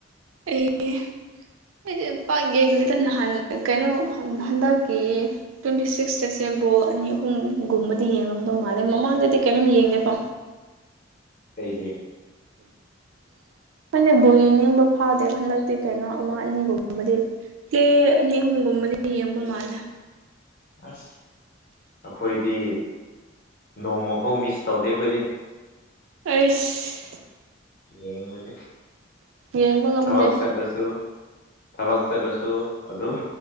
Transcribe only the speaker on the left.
ꯀꯩꯒꯤ
ꯑꯁ ꯑꯩꯈꯣꯏꯗꯤ ꯅꯣꯡꯃꯐꯧ ꯃꯤꯁ ꯇꯧꯗꯦ ꯑꯩꯈꯣꯏꯗꯤ
ꯌꯦꯡꯕꯁꯦ
ꯊꯕꯛ ꯆꯠꯂꯁꯨ ꯊꯕꯛ ꯆꯠꯂꯁꯨ ꯑꯗꯨꯝ